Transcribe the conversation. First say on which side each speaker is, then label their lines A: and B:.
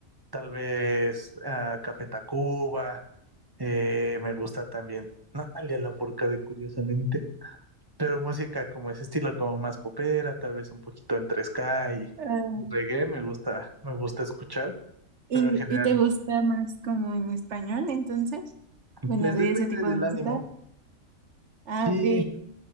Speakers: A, on the right; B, on the right.
A: Tal vez ah, Café Tacuba, eh, me gusta también. Natalia Lafourcade, curiosamente pero música como ese estilo, como más popera, tal vez un poquito entre ska y
B: ah,
A: reggae, me gusta, me gusta escuchar,
B: ¿Y,
A: pero en general,
B: y te gusta más como en español, entonces? Bueno,
A: pues
B: de
A: depende
B: ese tipo
A: del
B: de música.
A: ánimo.
B: Ah,
A: Sí,
B: ok.